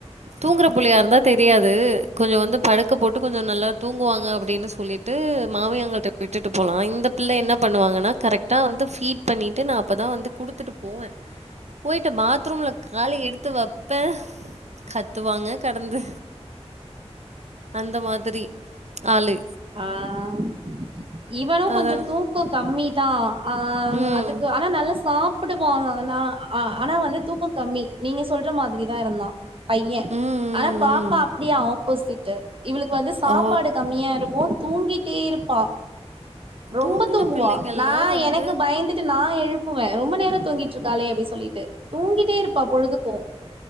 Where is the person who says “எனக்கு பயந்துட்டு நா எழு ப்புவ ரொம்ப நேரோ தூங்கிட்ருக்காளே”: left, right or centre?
Right